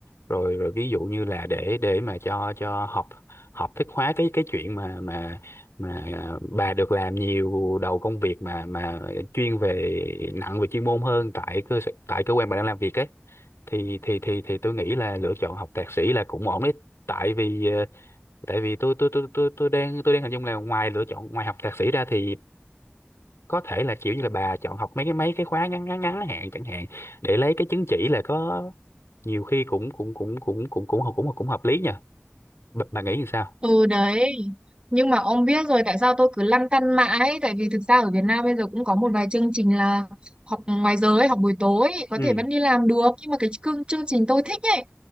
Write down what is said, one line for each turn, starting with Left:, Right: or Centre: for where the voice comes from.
Left: rồi rồi ví dụ như là để để mà cho cho học học thức hóa cái cái chuyện mà mà mà à, bà được làm nhiều đầu công việc mà mà chuyên về nặng về chuyên môn hơn tại cơ sở- tại cơ quan bà đang làm việc ấy thì thì thì thì tôi nghĩ là lựa chọn học thạc sĩ là cũng ổn đấy tại vì ờ, tại vì tôi tôi tôi tôi tôi đang tôi đang hình dung là ngoài lựa chọn ngoài học thạc sĩ ra thì có thể là kiểu như là bà chọn học mấy cái mấy cái khóa ngắn ngắn ngắn hạn chẳng hạn để lấy cái chứng chỉ là có nhiều khi cũng cũng cũng cũng cũng cũng cũng cũng cũng hợp lý nha bà, bà nghĩ như sao
Right: Ừ đấy Nhưng mà ông biết rồi tại sao tôi cứ lăn tăn mãi Tại vì thực ra ở Việt Nam bây giờ cũng có một vài chương trình là Học ngoài giờ ấy, học buổi tối ấy, Có
Left: Ừ.
Right: thể vẫn đi làm được Nhưng mà cái chương, chương trình tôi thích ấy